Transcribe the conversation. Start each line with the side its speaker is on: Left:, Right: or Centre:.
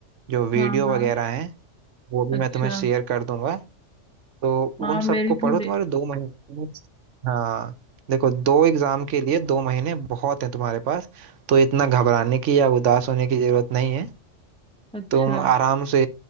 Right: जो वीडियो
Centre: हाँ हाँ
Right: वगैरह हैं वो भी
Centre: अच्छा
Right: मैं तुम्हें शेयर कर दूंगा तो
Centre: हाँ
Right: उन
Centre: मेरे
Right: सबको पढ़ो
Centre: थोड़े
Right: तुम्हारे दो महीने हाँ देखो दो एग्जाम के लिए दो महीने बहुत हैं तुम्हारे पास तो इतना घबराने की या उदास होने की जरूरत नहीं है
Centre: अच्छा
Right: तुम आराम से